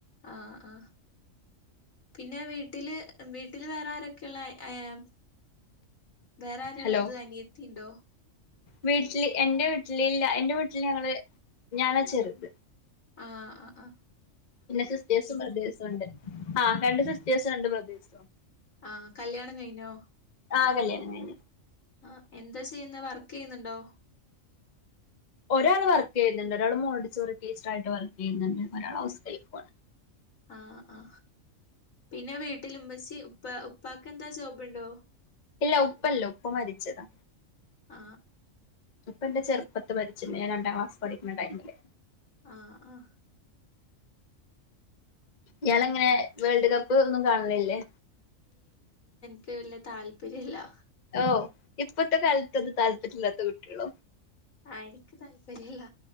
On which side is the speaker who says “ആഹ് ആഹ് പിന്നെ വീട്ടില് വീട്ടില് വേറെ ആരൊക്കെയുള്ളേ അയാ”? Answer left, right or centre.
Left